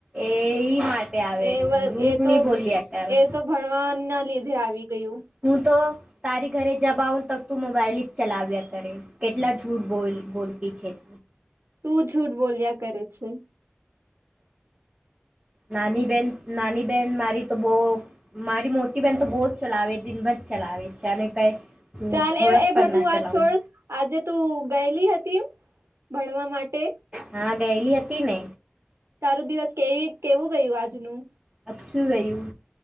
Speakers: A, on the right; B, on the right.
A: એ માટે આવેલું
B: એ
A: જૂઠ
B: એ તો
A: ની બોલી અત્યારે
B: એ તો ભણવા ના લીધે આવી ગયું
A: હું તો તારી ઘરે જબ આવ ત તું મોબાઈલ જ ચલાવ્યા કરે કેટલા જૂઠ બોલ બોલતી છેત
B: તું જૂઠ બોલ્યા કરે છે
A: નાની બહેન નાની બહેન મારી તો બહ મારી મોટી બહેન તો બહુ જ ચલાવે દિનભર ચલાવે <unintelligible>
B: ચાલ
A: થોડાક
B: એ એ
A: પણ
B: બધું
A: ના
B: વાત
A: ચલાવું
B: છોડ આજે તું ગયેલી હતી ભણવા માટે
A: હા ગયેલી હતી ને
B: તારું દિવસ કેવી કેવું ગયું આજનું.
A: અછું ગયું